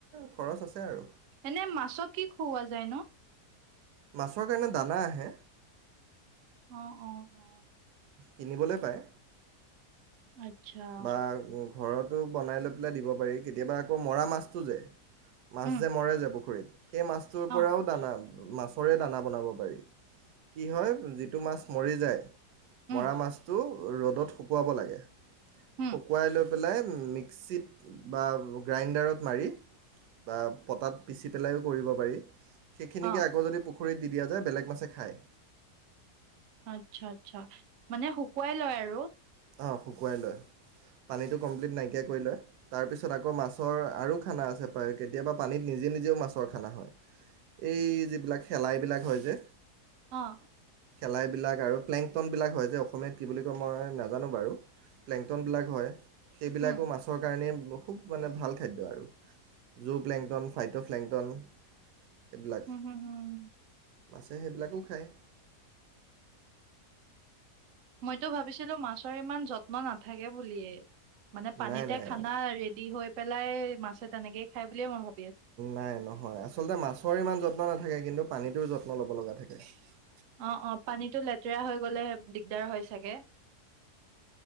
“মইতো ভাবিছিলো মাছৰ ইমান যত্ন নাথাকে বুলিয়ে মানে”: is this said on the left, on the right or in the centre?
Right